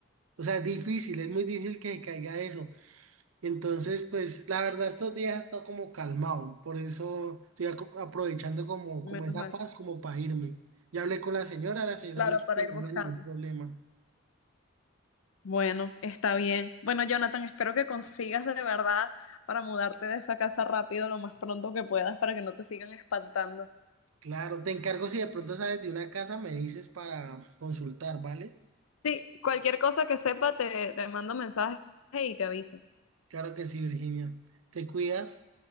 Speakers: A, on the right; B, on the left.
A: o sea, es difícil, es muy difícil que se caiga eso. Entonces, pues, la verdad, estos días he estado como calmado. Por eso estoy aco- aprovechando como,
B: menos
A: como esa
B: mal.
A: paz, como para irme. Ya hablé con la señora, la señora
B: Claro,
A: me dijo
B: para
A: que
B: ir
A: no
B: buscando.
A: había ningún problema.
B: Bueno, está bien. Bueno, Jonathan, espero que consigas de verdad para mudarte de esa casa rápido lo más pronto que puedas para que no te sigan espantando.
A: Claro, te encargo si de pronto sabes de una casa, me dices para consultar, ¿vale?
B: Sí, cualquier cosa que sepa te, te mando mensaje y te aviso.
A: Claro que sí, Virginia. Te cuidas.